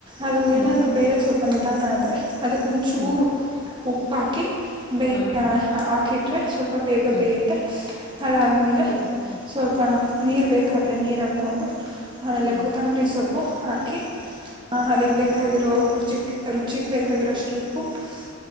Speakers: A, on the right; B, on the left.
A: ಅದು ಏನಾದರೂ
B: ಹ್ಮ್
A: ಬೇರೆ ಸ್ವಲ್ಪ ನಿಧಾನ ಆದರೆ ಅದಕ್ಕೊಂದುಚೂರು
B: ಹ್ಮ್
A: ಉಪ್ಪಾಕಿ ಬೇಯ
B: ಹ
A: ಹಾಕಿಟ್ರೆ ಸ್ವಲ್ಪ ಬೇಗ
B: ಹ್ಮ್
A: ಬೇಯುತ್ತೆ ಅದಾದ್ಮೇಲೆ
B: ಓಹೋ
A: ಸ್ವಲ್ಪ <unintelligible> ನೀರು ಬೇಕಾದ್ರೆ ನೀರು ಹಾಕ್ಕೊಂಡು ಆಮೇಲೆ
B: ಹ್ಮ್
A: ಕೊತ್ತಂಬರಿ ಸೊಪ್ಪು ಹಾಕಿ <unintelligible> ಹಾ ಅದಗ್ ಬೇಕಾಗಿರೋ ರುಚಿಕ್ ರುಚಿಗ್ ಬೇಕಾಗಿರೋ ಅಷ್ಟು ಉಪ್ಪು <unintelligible>